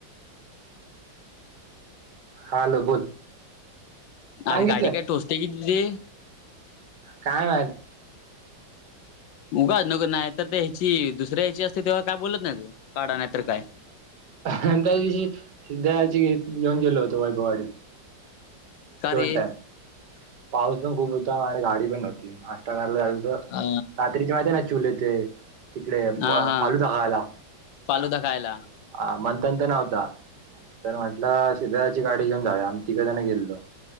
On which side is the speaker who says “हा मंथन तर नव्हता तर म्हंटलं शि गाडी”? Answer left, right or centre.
Right